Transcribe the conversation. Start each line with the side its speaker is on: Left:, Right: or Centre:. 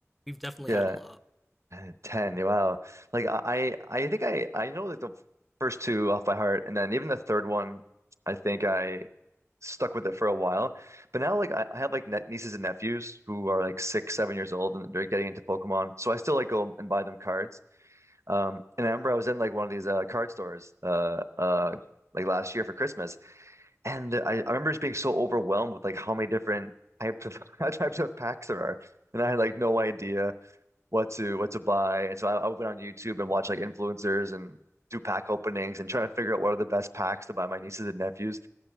Centre: We've definitely
Right: Yeah.
Centre: had a lot.
Right: Uh, 10. yeah, Wow. Like I I think I I know like the first two off by heart and then even the third one I think I stuck with it for a while. But now like I, I have like net nieces and nephews who are like six, seven years old and they're getting into Pokemon. So I still like go and buy them cards. Um and I remember I was in like one of these uh card stores uh uh like last year for Christmas and I, I remember just being so overwhelmed with like how many different types of <laughs> types of packs there are. And I had like no idea what to what to buy. And so I, I went on YouTube and watch like influencers and do pack openings and trying to figure out what are the best packs to buy my nieces and nephews.